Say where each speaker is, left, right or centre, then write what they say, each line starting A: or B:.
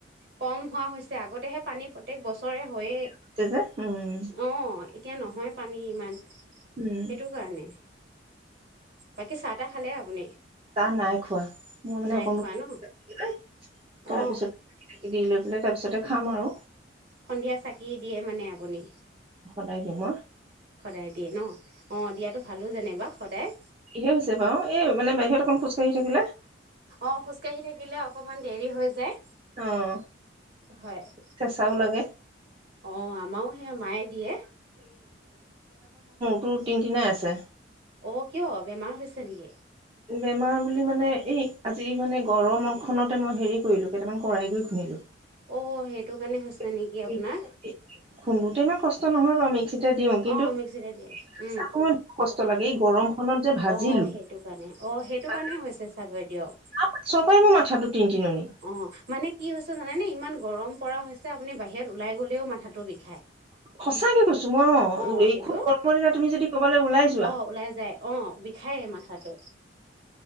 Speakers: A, on the right; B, on the right.
A: কম হোৱা হৈছে আগতেহে পানী প্ৰতয়েক বছৰে হয়য়েই
B: হৈছে যে উম।
A: অ। এতিয়া নহয় পানী ইমান।
B: উম।
A: সেইটো কাৰণে বাকী চাহ তাহ খালে আপুনি?
B: চাহ নাই খোৱা। মই মানে
A: নাই
B: অকণ
A: খোৱা ন
B: <inaudible> তাৰপিছত
A: অ
B: দি লৈ ব তাৰপিছতে খাম আৰু।
A: সন্ধিয়া চাকি দিয়ে মানে আপুনি?
B: <unintelligible>
A: সদায় দিয়ে ন? অ দিয়াতো ভালো যেনিবা সদায়।
B: ইহে হৈছে বাও। এই মানে বাহিৰত অকণ খোজকাঢ়ি থাকিলে।
A: অ খোজকাাঢ়ি থাকিলে অকমান দেৰি হৈ যায়।
B: অ',
A: হয় আহ
B: কেঁচাও লাগে
A: আমাৰো সেই মায়ে দিয়ে।
B: মোৰ তিন টিনাই আছে।
A: অঁ কিয় বেমাৰ হৈছে নেকি?
B: বেমাৰ বুলি মানে এই আজি মানে গৰমৰ ফোনতে মই হেৰি কৰিলো কেইটামান কৰাই গু খুন্দিলোঁ।
A: অ সেইটো কাৰণে হৈছে
B: <inaudible>
A: নেকি আপোনাৰ
B: খুন্দোতে ইমান কষ্ট নহয় বাৰু মিক্সিটা দিওঁ কিন্তু
A: অ মিক্সিতে
B: সময়ত
A: দিয়ে উম
B: কষ্ট লাগে। গৰম। খনত যে ভাজিলো
A: অ সেইটো কাৰণে অ সেইটো
B: তাৰ
A: কাৰণে হৈছে চাগৈ দিয়ক?
B: পাছৰ পৰাই মোৰ মাথাটো টিন টিননি
A: অ মানে কি হৈছে জানে নে ইমান গৰম। গৰম পৰা হৈছে আপুনি বাহিৰত ওলাই গ'লেও মাথাটো বিষ।
B: সঁচাকে কৈছো অ, মই
A: অ
B: এই
A: সেইটো
B: খুব গৰমৰদিনা তুমি যদি কবাল ওলাই যোৱা
A: অ
B: <inaudible>
A: ওলাই যায় অ বিষায়ে মাথাটো